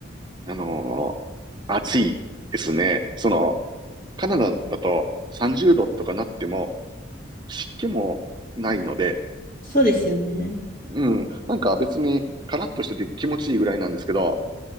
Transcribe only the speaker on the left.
そうですよね。